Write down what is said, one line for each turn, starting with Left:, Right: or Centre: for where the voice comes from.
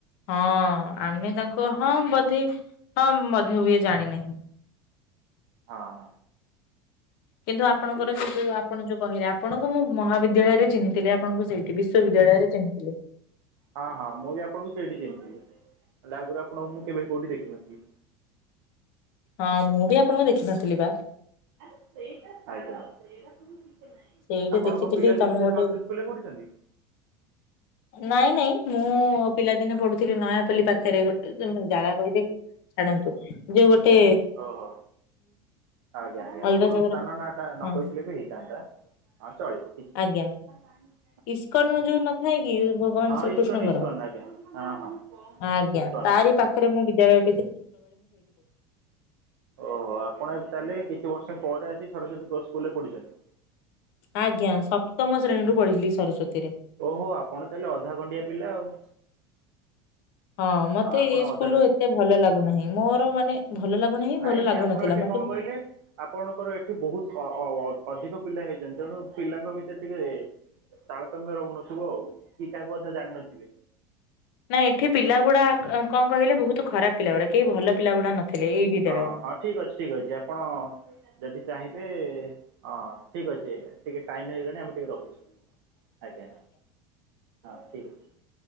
Left: ହଁ ଆମେ ତାଙ୍କୁ ହଁ ବୋଧେ ହଁ ବୋଧେ ଜାଣିନେ
Right: ହଁ ହଁ।
Left: କିନ୍ତୁ ଆପଣଙ୍କର
Right: ଠିକ୍ ଅଛି
Left: ସେ ଯୋଉ ଆପଣ ଯୋଉ କହିଲେ, ଆପଣଙ୍କୁ ମୁଁ ମହାବିଦ୍ୟାଳୟରେ ଚିନ୍ନେ ଥିଲେ ଆପଣଙ୍କୁ ସେଇଠି ବିଶ୍ଵବିଦ୍ୟାଳୟରେ ଚିନ୍ନିଥିଲି।
Right: ହଁ ହଁ ମୁଁ ବି ଆପଣଙ୍କୁ ସେଇଠି ଚିହ୍ନିଥିଲି ହେଲେ ଆଗରୁ ଆପଣ ଙ୍କୁ ମୁଁ କେବେ କଉଠି ଦେଖିିନଥିଲି।
Left: ହଁ ମୁଁ ବି ଆପଣଙ୍କୁ ଦେଖିନଥିଲି ବା
Right: ଆରେ ସେଇଟା ସେଇଟା ସବୁ
Left: ସେଇଠି
Right: ଆପଣଙ୍କ
Left: ଦେଖିଥିଲି
Right: ପିଲାଦିନେ
Left: ତମେ
Right: ସେ
Left: ଗୋଟେ
Right: ସରସ୍ୱୋତି ସ୍କୁଲରେ ପଢିଛନ୍ତି।
Left: ନାଇଁ ନାଇଁ ମୁଁ ପିଲାଦିନେ ପଢୁଥିଲି ନୟା ପାଖରେ ଗୋଟେ ଜାଗା କହିଦେଇବି ଛାଡନ୍ତୁ ଯୋଉ ଗୋଟେ
Right: ଓହୋ ଆଜ୍ଞା ଆଜ୍ଞା
Left: ଅଲଗା
Right: ଆପଣ
Left: ଜାଗାରେ
Right: ସ୍ଥାନ ନାଁ ଟା ନ
Left: ହଁ
Right: କହିଥିଲେ ବି ହେଇଥାନ୍ତା। ହଁ ଚଳିବ କିଛି ନହିଁ।
Left: ଆଜ୍ଞା ଇସ୍କନ ଯୋଉ ନଥାଏ, କି ଭଗବାନ
Right: ହଁ
Left: ଶ୍ରୀକୃଷ୍ଣଙ୍କର
Right: ଇସ୍କନ ଇସ୍କନ ଆଜ୍ଞା ହଁ ହଁ
Left: ଆଜ୍ଞା
Right: ଇସ୍କନ
Left: ତାରି ପାଖରେ ମୁଁ ବିଦ୍ୟାଳୟ
Right: ଓହୋ ଆପଣ ତାହେଲେ କିଛି ବର୍ଷ ପରେ ଆସି ସରସ୍ଵତୀ ସ୍କୁଲରେ ପଢିଛନ୍ତି।
Left: ଆଜ୍ଞା ସପ୍ତମ ଶ୍ରେଣୀରୁୁ ପଢଥିଲି, ସରସ୍ଵତୀରେ
Right: ଓହୋ ଆପଣ ତାହେଲେ ଅଧା ଖଣ୍ଡିଆ ପିଲା ଆଉ
Left: ହଁ ମତେ
Right: ଆପଣ
Left: ଏଇ ସ୍କୁଲୁ
Right: ଅଧାରୁ
Left: ଏତେ ଭଲ ଲାଗୁନାହିଁ ମୋର ମାନେ ଭଲ ଲାଗୁନାହିଁ
Right: ନାଇଁ
Left: ଭଲ
Right: ନାଇଁ
Left: ଲାଗୁନଥିଲା
Right: ଆପଣ ଏଠି
Left: ମତେ
Right: କଣ କହିଲେ ଆପଣଙ୍କର ଏଠି ବହୁତ ଅଧିକ ପିଲା ହେଇଛନ୍ତି ତେଣୁ ପିଲାଙ୍କ ଭିତରେ ଟିକେ ତାଲତମ୍ୟା ରହୁନଥିବ ଆଉ କି କାହାକୁ ମଧ୍ୟ୍ୟ ଜାଣିନଥିବେ।
Left: ନାଇଁ ଏଠି ପିଲାଗୁଡା କଣ କହିଲେ ବହୁତ ଖରାପ ପିଲା ଗୁଡା କେହି ଭଲ ପିଲା ଗୁଡା ନଥିଲେ, ଏଇ ବିଦ୍ୟାଳୟରେ
Right: ହଁ ହଁ ଠିକ୍ ଅଛି ଠିକ୍ ଅଛି ଆପଣ ଯଦି ଚାହିଁବେ ହଁ ଠିକ୍ ଅଛି ଟିକେ ଟାଇମି ହେଇଗଣି ଆମେ ଟିକେ ରଖୁଛୁ ଆଜ୍ଞା। ହଁ ଠିକ୍ ଅଛି